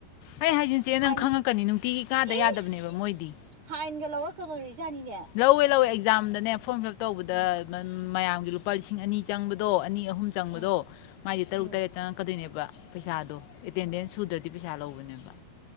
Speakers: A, on the left; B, on the right.
A: ꯑꯩ ꯍꯥꯏꯖꯤꯟ ꯆꯦ
B: ꯐꯥꯏꯟ
A: ꯅꯪ ꯈꯪꯉꯛꯀꯅꯤ ꯅꯨꯡꯇꯤꯒꯤ ꯀꯥꯗ
B: ꯏꯁ
A: ꯌꯥꯗꯕꯅꯦꯕ ꯃꯣꯏꯗꯤ
B: ꯐꯥꯏꯟꯒ ꯂꯧꯔꯛꯀꯗꯣꯔꯤꯖꯥꯠꯅꯤꯅꯦ
A: ꯂꯧꯋꯦ ꯂꯧꯋꯦ ꯖꯥꯝꯗꯅꯦ ꯐꯣꯝꯐꯤꯂꯞ ꯇꯧꯕꯗ
B: ꯎꯝ
A: <unintelligible> ꯃꯌꯥꯝꯒꯤ ꯂꯨꯄꯥ ꯂꯤꯁꯤꯡ ꯑꯅꯤ ꯆꯪꯕꯗꯣ ꯑꯅꯤ ꯑꯍꯨꯝ ꯆꯪꯕꯗꯣ
B: ꯎꯝ
A: ꯃꯥꯏꯗꯤ ꯇꯔꯨꯛ
B: ꯎꯝ
A: ꯇꯔꯦꯠ ꯆꯪꯉꯛꯀꯗꯣꯏꯅꯦꯕ ꯄꯩꯁꯥꯗꯣ ꯑꯦꯇꯦꯟꯗꯦꯟꯁ ꯁꯨꯗ꯭ꯔꯗꯤ ꯄꯩꯁꯥ ꯂꯧꯕꯅꯦꯕ